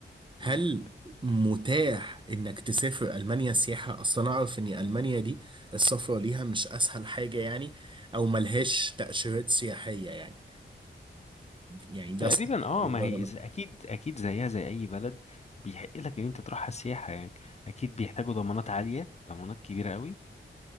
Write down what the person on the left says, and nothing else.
قول
تقريبا
اه
ما
هي
إذا- اكيد اكيد زيها زي اي بلد بيحق لك ان انت تروحها سياحه يعني اكيد بيحتاجوا ضمانات عاليه ضمانات كبيره قوي